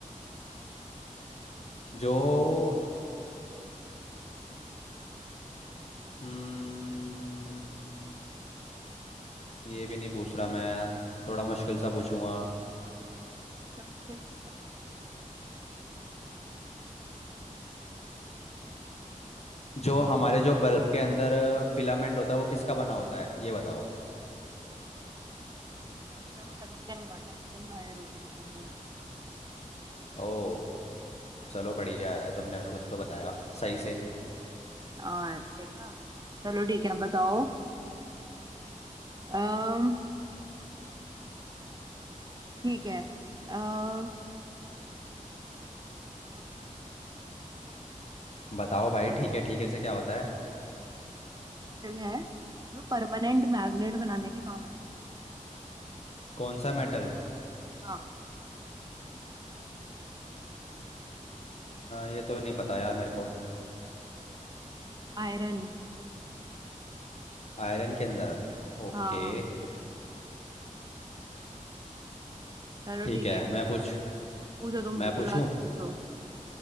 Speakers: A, on the left; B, on the right.
A: जो हम्म ये भी नहीं पूछ रहा मैं थोड़ा मुश्किल सा पूछूंगा
B: इतना मुश्किल पूछना पूछना
A: जो हमारे जो बल्ब के अंदर फिलामेंट होता है वो किसका बना होता है ये बताओ
B: उसके अंदर जो फिलामेंट होता है वो टंगस्टन का टंगस्टन वायर होती है उसके अंदर
A: ओ चलो बढ़िया है तुमने कुछ तो बताया सही से
B: हाँ देखा चलो ठीक है अब बताओ अम्म ठीक है अम्म कौन
A: बताओ भाई ठीक है ठीक है से क्या होता है
B: सा कौन सा मेटल है जो परमानेंट मैग्नेट बनाने के काम आता
A: कौन सा मेटल
B: है हाँ
A: ये तो नहीं पता यार मेरे को
B: आयरन
A: आयरन के अंदर ओके
B: हाँ चलो
A: ठीक
B: ठीक
A: है
B: है एक और
A: मैं पूछ
B: पूछ लेते हैं। पूछो तुम
A: मैं
B: पूछो
A: पूछूं
B: लास्ट पूछो